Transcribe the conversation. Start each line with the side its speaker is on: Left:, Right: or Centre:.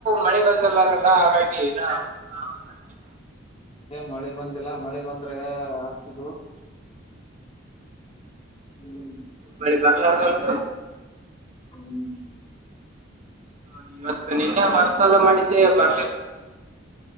Right: ಮಳೆ ಬಂದಲ್ಲಾರಲ್ಲ ಹಾಗಾಗಿ ಒೊ ಆ್ವಾನ ಅಷ್ಟತೇ
Left: ಮತ್ತೆ ಮಳೆ ಬಂದಿಲ್ಲ ಮಳೆ ಬಂದ್ರೆ ಆಗ್ತುದು ಹ್ಮ್
Right: ಮಳಿ ಬರ್ಲಾರ್ದಂತು
Left: ಹ್ಮ್
Right: ರಿ ಇವತ್ತು ನಿನ್ನೆ ಬರ್ತದ ಮಾಡಿದ್ದೆ ಬರ್ಲಿಲ್ಲ ಮಳೆ